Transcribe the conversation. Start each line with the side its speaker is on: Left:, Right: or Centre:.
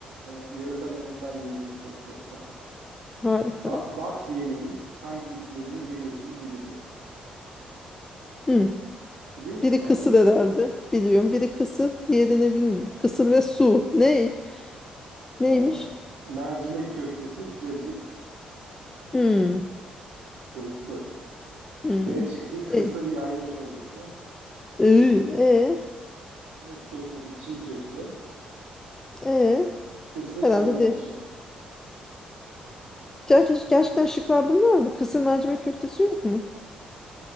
Right: e, yöresel yemeklerle ilgili bir soru soracağım.
Left: Harika.
Right: Ba- bat yemeği hangi iki yemeğin birleşimi gibidir?
Left: Hmm.
Right: Biliyor musun
Left: Biri
Right: bat
Left: kısır
Right: yemeği?
Left: herhalde. Biliyorum. Biri kısır, diğerini bilmiyorum. Kısır ve su. Ne?
Right: Tamam.
Left: Neymiş?
Right: Mercimek köftesi, cacık,
Left: Hmm.
Right: kısırımsı.
Left: Hmm.
Right: B şıkkı kısır
Left: De.
Right: yayla çorbası.
Left: Iı, E.
Right: Mercimek köftesi, çiğ köfte.
Left: E.
Right: Kısır
Left: Herhalde
Right: ayran
Left: de.
Right: aşı.
Left: Ya Ger- Gerçekten şıklar bunlar mı? Kısır mercimek
Right: Ger-
Left: köftesi yok mu?